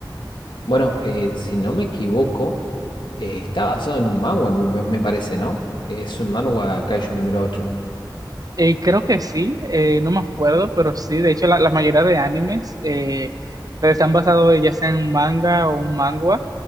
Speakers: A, on the left (about 75°); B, on the right (about 50°).
A: Bueno, eh, si no me equivoco, eh, está basado en un manhwa, me, me- me parece, ¿no? Es un manhwa Kaiju número ocho
B: Eh, creo que sí, eh, no me acuerdo, pero sí, de hecho la, la mayoría de animes eh, están basados ya sea en manga o un mangua.